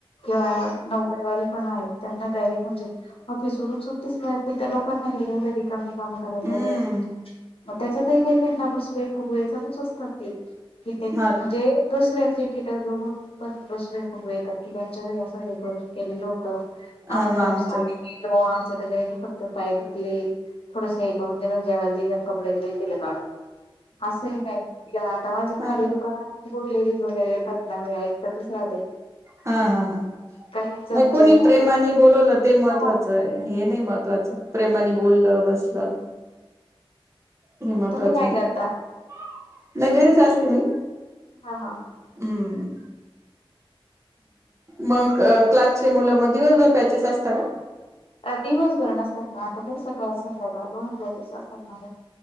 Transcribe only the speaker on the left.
किंवा नोकरीवाले पण आहेत त्यांना डायरेक्ट म्हणजे ऑफिसवरून सुट्टीच मिळत नाही त्या लोकांना हे एवढं रिकाम काम करायला
वेळ च मग त्याच्यातही काही रुसवे फुगवे चालूच असतात ते कि
म्हणजे दुसऱ्यांचे तिथेच बघून पण रुसवे फुगवे प्रत्येकाच्या घरी असतात बरेच केलेलं होत आम्हाला
त्याने
गेलो आमच सगळ्यांनी फक्त पाय धुतले थोडस हे करून त्यांना जेवायला दिलं आणि कपड्या दिलं आणि दिलं काढून असं
खाली
दुकानात खूप लेडीज वगैरे येतात ना मी ऐकतच राहते
काहींच म्हणजे
हो
तुम्ही काय
करता
हा हा ह
दिवसभर नसतात ना आता सकाळ संध्याकाळ दोन बॅचेस असतात माझ्या